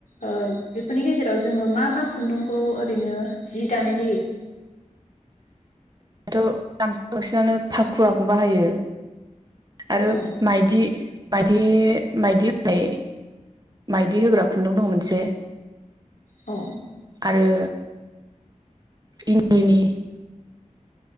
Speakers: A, on the left; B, on the right.
A: ओ बेफोरनि गेजेराव जोङो मा-मा खुन्दुंखौ ओरैनो जि दानाय जायो
B: दाथ' गामसा बांसिनानो फाखुवाखौ बाहायो आरो
A: औ
B: माइदि माइदि-माइदि होनाय माइदि होग्रा खुन्दुं दं मोनसे
A: औ
B: आरो इन्दिनि